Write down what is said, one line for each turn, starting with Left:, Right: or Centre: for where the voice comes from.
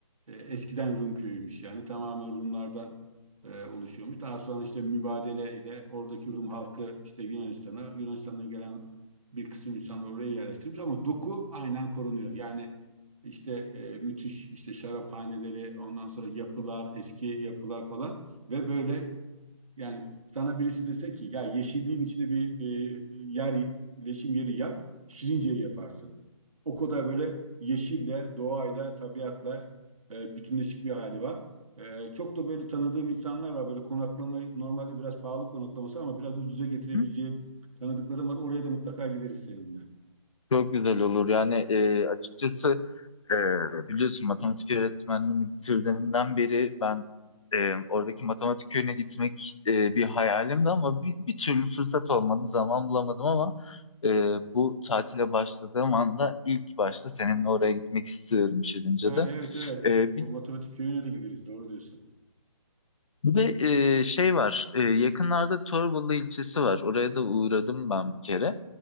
Right: E, eskiden Rum köyüymüş yani tamamen Rumlardan e, oluşuyormuş. Daha sonra işte mübadele ile oradaki Rum halkı işte Yunanistan'a, Yunanistan'dan gelen bir kısım insanlar oraya yerleştirmiş ama doku aynen korunuyor. Yani işte e, müthiş işte şaraphaneleri, ondan sonra yapılar, eski yapılar falan ve böyle yani sana birisi dese ki ya yeşilliğin içine bir e, yer, leşim yeri yap, Şirince'yi yaparsın. O kadar böyle yeşille, doğayla, tabiatla e, bütünleşik bir hali var. E, çok da böyle tanıdığım insanlar var. Böyle konaklamayı normalde biraz pahalı konaklaması ama biraz ucuza getirebileceğim
Left: hı,
Right: tanıdıklarım var. Oraya da mutlaka gideriz seninle.
Left: çok güzel olur. Yani e, açıkçası Ee, biliyorsun matematik öğretmenliğini bitirdiğimden beri ben e, oradaki matematik köyüne gitmek e, bir hayalimdi ama bir, bir türlü fırsat olmadı, zaman bulamadım ama e, bu tatile başladığım anda ilk başta seninle oraya gitmek istiyorum Şirince'de.
Right: Ha, evet evet.
Left: E, bir,
Right: O matematik köyüne de gideriz. Doğru diyorsun.
Left: bir de e, şey var, e, yakınlarda Torbalı ilçesi var. Oraya da uğradım ben bir kere.